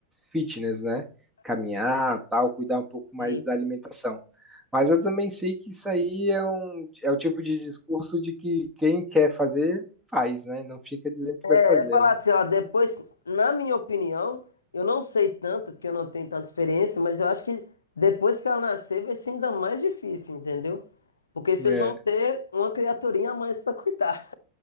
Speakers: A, in the centre; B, on the left.
A: fitness, né? Caminhar, tal, cuidar um pouco mais
B: Sim.
A: da alimentação. Mas eu também sei que isso aí é um, é o tipo de discurso de que quem quer fazer, faz, né? Não fica dizendo que vai
B: Eu
A: fazer,
B: ia falar
A: né?
B: assim, ó, depois, na minha opinião, eu não sei tanto, porque eu não tenho tanta experiência, mas eu acho que depois que ela nascer vai ser ainda mais difícil, entendeu? Porque vocês
A: É.
B: vão ter uma criaturinha a mais pra cuidar,